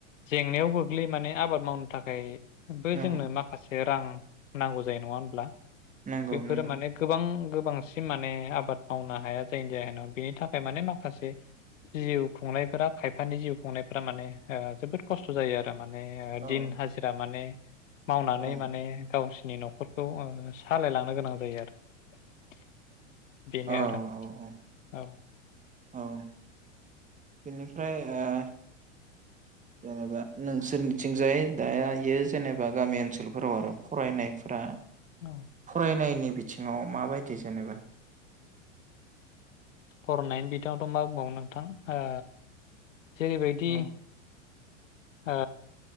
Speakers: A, on the left; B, on the right.
A: जेंनायाव गोग्लै माने आबाद मावनो थाखाय बो
B: औ
A: जोंनो माखासे रां नांगौ जायो नङा होनब्ला।
B: नंगौ
A: बेफोरो
B: नंगौ
A: माने गोबां बांसिन माने आबाद मावनो हाया जायनि जाहोनाव बिनि थाखाय माने माखासे जिउ खुंनायफोरा खायफानि जिउ खांनायफ्रा माने जोबोद खस्थ जायो आरो। माने
B: औ
A: दिन हाजिरा माने मावनानै
B: औ
A: माने गावसोरनि न'खरखौ सालाय लांनो गोनां जायो आरो । बेनो
B: औ
A: आरो
B: औ
A: औ
B: औ बेनिफ्राय ओ जेनेबा नोंसोरनिथिंजाय दायो जेनेबा गामि ओनसोलफोराव आरो फरायनायफोरा
A: औ
B: फरायनायनि सिङाव माबायदि जेनेबा?
A: फरायनायनि बिथिङावथ मा बुंबावो नोंथां आ जेरै बायदि
B: औ
A: आ